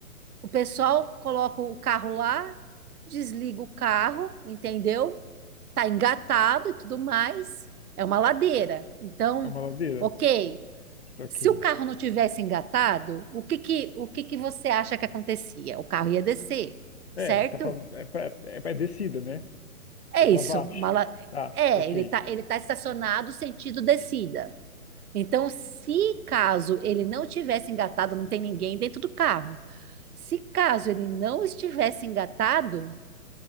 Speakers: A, on the right; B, on the left.
A: o pessoal coloca o carro lá, desliga o carro, entendeu? Tá engatado e tudo mais. É uma ladeira. Então,
B: É uma ladeira?
A: ok.
B: Ok.
A: Se o carro não tivesse engatado, o que que, o que que você acha que acontecia? O carro ia descer, certo?
B: É, tá pra, é, pra, é, pra- é descida, né?
A: É
B: É pra
A: isso.
B: baixo.
A: uma la-
B: Tá,
A: É,
B: ok.
A: ele tá, ele tá estacionado sentido descida. Então, se caso ele não tivesse engatado, não tem ninguém dentro do carro. Se caso ele não estivesse engatado,